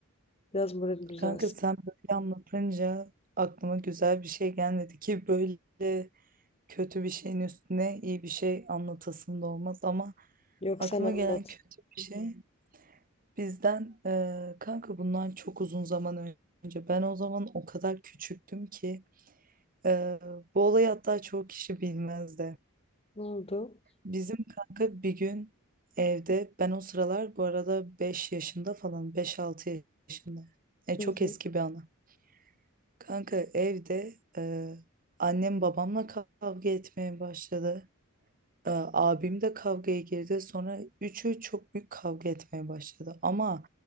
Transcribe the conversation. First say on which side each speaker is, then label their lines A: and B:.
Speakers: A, on the left; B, on the right.
A: Biraz moralim düzelsin.
B: Kanka sen böyle anlatınca aklıma güzel bir şey gelmedi ki böyle kötü bir şeyin üstüne iyi bir şey anlatasım da olmaz ama
A: Yok
B: aklıma
A: sen anlat.
B: gelen kötü bir şey bizden eee, kanka bundan çok uzun zaman önce ben o zaman o kadar küçüktüm ki eee, bu olayı hatta çoğu kişi bilmezdi.
A: Ne oldu?
B: Bizim kanka bir gün evde ben o sıralar bu arada beş yaşında falan beş altı yaşında. E,
A: Hı
B: çok
A: hı.
B: eski bir anı. Kanka evde e, annem babamla kavga etmeye başladı. E, abim de kavgaya girdi. Sonra üçü çok büyük kavga etmeye başladı. Ama